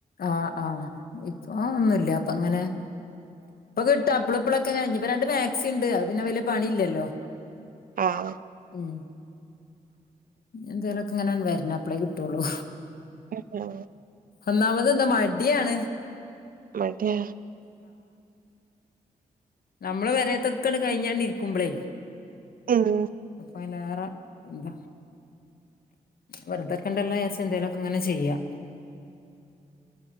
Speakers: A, on the left (about 70°); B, on the right (about 65°).
A: ആ ആഹ് ഇപ്പൊ ഒന്നുല്ല ഇപ്പ അങ്ങനെ ഇപ്പൊ കിട്ട അപ്പള ഇപ്പളൊക്കെ കഴിഞ് ഇപ്പൊ രണ്ട് മാക്സി ഇണ്ട് അത് പിന്നെ വലിയ പണി ഇല്ലല്ലോ
B: ആഹ്
A: ഉം ഇനി എന്തെലൊക്കെ ഇങ്ങനെ വരണം അപളെ കിട്ടോള്ളൂ
B: അഹ് അഹ്
A: ഒന്നാമത് എന്താ മടിയാണ്
B: മടി
A: നമ്മളെ പെരെതൊക്കെ കഴിഞ്ഞോണ്ടിരിക്കുമ്പളേ
B: ഉം
A: അയിലേറെ എന്ത വെറുതൊക്കെണ്ടല്ലോ ലേസം എന്തേലൊക്കെ ഇങ്ങനെ ചെയ്യാ